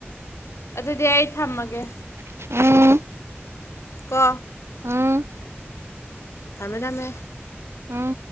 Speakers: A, on the left; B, on the right.
A: ꯑꯗꯨꯗꯤ ꯑꯩ ꯊꯝꯃꯒꯦ
B: ꯎꯝ
A: ꯀꯣ
B: ꯎꯝ
A: ꯇꯃꯦꯡꯂꯃꯦ
B: ꯎꯝ